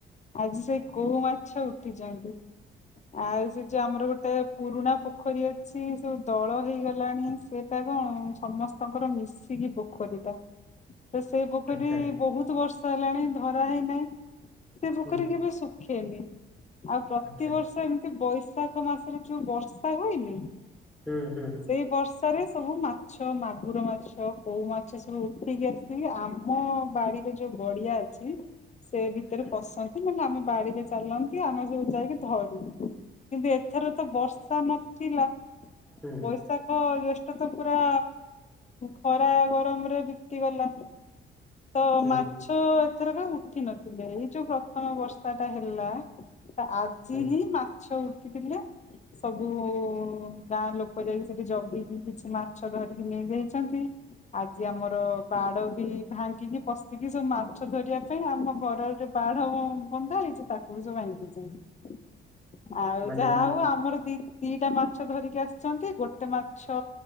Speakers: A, on the left; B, in the centre.
A: ଆଜି ସେ କୋଉ ମାଛ ଉଠିଚନ୍ତି। ଆଉ ସେ ଯୋଉ ଆମର ଗୋଟେ ପୁରୁଣା ପୋଖରୀ ଅଛି ସବୁ ଦଳ ହେଇଗଲାଣି ସେ ତାଙ୍କ କଣ ସମସ୍ତଙ୍କର ମିଶିକି ପୋଖରୀଟା। ତ ସେଇ ପୋଖରୀ
B: ଆଚ୍ଛା
A: ବହୁତ ବର୍ଷ ହେଲାଣି ଧରା ହେଇନାହିଁ। ସେ ପୋଖରୀ
B: ହୁଁ
A: କେବେ ଶୁଖେନି। ଆଉ ପ୍ରତିବର୍ଷ
B: ଆଚ୍ଛା
A: ଏମିତି ବଇସ ବୈଷାଖ ମାସରେ ଯୋଉ ବର୍ଷା ହୁଏନି,
B: ହୁଁ ହୁଁ
A: ସେଇ ବର୍ଷାରେ ସବୁ ମାଛ ମାଗୁର ମାଛ, କଉ ମାଛ, ସବୁ ଉଠିକି ଆସିକି ଆମ ବାଡିରେ ଯୋଉ ବଡିଆ ଅଛି ସେ ଭି ଏଥିରେ
B: ଆଚ୍ଛା
A: ବସନ୍ତି ମାନେ ଆମେ ବାଡିରେ ଚାଲନ୍ତି ଆମେ ସବୁ ଯାଇକି ଧରୁ, କିନ୍ତୁ ଏବେ ଏଥର ତ ବର୍ଷା ନଥିଲା
B: ହୁଁ
A: ବୈଶାଖ ଜ୍ୟେ ତ ପୁରା ଖରା ଗରମ ରେ ବିତି ଗଲା। ତ
B: ହୁଁ
A: ମାଛ
B: ହୁଁ
A: ଏଥର କ ଉଠି ନଥିଲେ ଏଇ ଯୋଉ ପ୍ରଥମ ବର୍ଷା ଟା ହେଲା। ଆଜି
B: ହୁଁ
A: ହିଁ ମାଛ ଉଠିଥିଲେ। ସବୁ ଗାଁ ଲୋକ ଯାଇକି ସେଠି ଜଗିକି କିଛି ମାଛ ଧରିକି ନେଇଯାଇଛନ୍ତି। ଆଜି ଆମର ବାଡ ବି ଭାଙ୍ଗିକି ପଶିକି ସବୁ ମାଛ ଧରିବା ପାଇଁ ଆମ ଘରର ଯୋ ବାଢ ବନ୍ଧା ହେଇଛି ତାକୁ ବି ସବୁ ଦେଇଛନ୍ତି। ଆଉ
B: ମାନେ
A: ଯାହା
B: ମୁଁ
A: ହଉ ଆମର ଦି ଦିଟା ମାଛ ଧରିକି ଆସିଛନ୍ତି ଗୋଟେ ମାଛ